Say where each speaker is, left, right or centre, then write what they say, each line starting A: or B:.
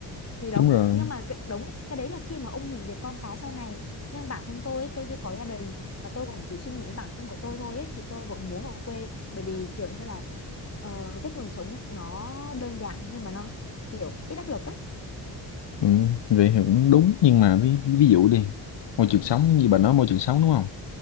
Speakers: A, on the left; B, on the left.
A: thì đúng
B: đúng rồi
A: nhưng mà cái đúng cái đấy là khi mà ông nghĩ về con cái sau này nhưng bản thân tôi ấy, tôi chưa có gia đình và tôi cũng chỉ suy nghĩ đến bản thân của tôi thôi ấy, thì tôi vẫn muốn ở quê bởi vì kiểu như là ờ, chất lượng sống nó đơn giản nhưng mà nó kiểu ít áp lực á
B: ừ vậy thì cũng đúng nhưng mà ví, ví dụ đi môi trường sống như bà nói môi trường sống đúng không